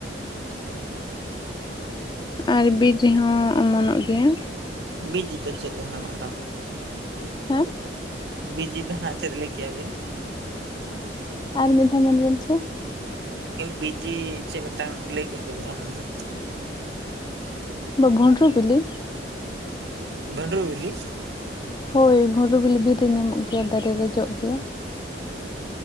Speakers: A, on the left; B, on the right.
A: ᱟᱨ ᱵᱤᱨ ᱨᱮᱦᱚᱸ ᱚᱢᱚᱱᱚᱜ ᱜᱮᱭᱟ
B: ᱵᱤᱡ ᱡᱤᱛᱟ ᱫᱚ ᱪᱮᱫ ᱦᱟᱸᱜ ᱫᱟᱜ ᱫᱚ
A: ᱦᱮᱸ
B: ᱵᱤᱡ ᱡᱤᱫᱟ ᱦᱟᱸᱜ ᱪᱮᱫ ᱞᱮᱟᱹᱭ ᱠᱮᱭᱟ ᱵᱤᱱ
A: ᱟᱨ ᱢᱤᱫ ᱫᱷᱟᱣ ᱢᱮᱱ ᱵᱮᱱ ᱥᱮ?
B: ᱵᱤᱡᱤ ᱪᱮᱫ ᱢᱤᱫᱴᱟᱝ ᱞᱟᱹᱭ ᱠᱮᱫ ᱫᱚᱵᱤᱱ ᱚᱱᱟ ᱫᱚ
A: ᱵᱟ ᱵᱷᱚᱱᱰᱨᱚ ᱵᱤᱞᱤ
B: ᱵᱷᱟᱱᱰᱨᱩ ᱵᱤᱞᱤ
A: ᱦᱳᱭ ᱵᱷᱟᱰᱩ ᱵᱤᱞᱤ ᱵᱤᱨ ᱨᱮ ᱧᱟᱢᱚᱜ ᱜᱮᱭᱟ ᱫᱟᱨᱮ ᱨᱮ ᱡᱚᱜ ᱜᱮᱭᱟ᱾